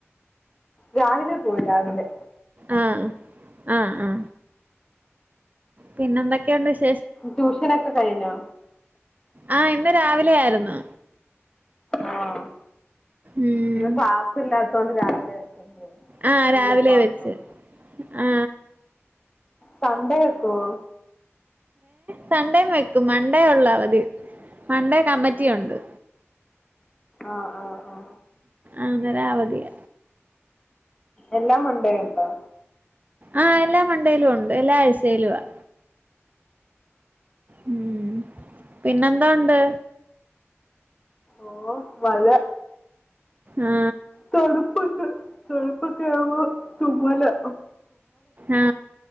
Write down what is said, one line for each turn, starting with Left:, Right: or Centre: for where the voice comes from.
Left: രാവിലെ പോയി രാവിലെ
Right: ആഹ ആഹ ആഹ പിന്നെന്തൊക്കെയൊണ്ട് ശ്
Left: ട്യൂഷനൊക്കെ കഴിഞ്ഞോ
Right: ആ ഇന്ന് രാവിലെ ആയിരുന്നു
Left: ആഹ്
Right: ഉം
Left: ന്ന് ക്ലാസില്ലാ അതോണ്ട് രാവിലെ ന്റെ
Right: ആ
Left: കുളിപ്പാട്ടം
Right: രാവിലെ വെച്ച് ആ
Left: സണ്ടയക്കോ
Right: സൺഡേ മ മണ്ടേ ഒള്ള വതി മണ്ട കമ്പ ത്തിയ ഉണ്ട്
Left: ആഹ് ആഹ് ആ
Right: അന്നേര അവധിയ
Left: എല്ലാംമൻടെയും ഉണ്ട്ണ്ടോ
Right: ആഹ് എല്ലാ മണ്ടയിലും ഉണ്ട് എല്ലാ ആഴ്ചയിലും ആ ഉം പിന്നെന്താ ഉണ്ട്
Left: ഓ മഴ.
Right: ആ
Left: തണുപ്പൊണ്ട്. തണുപ്പ് കേറുമ്പോ തുമ്മലാ
Right: ആ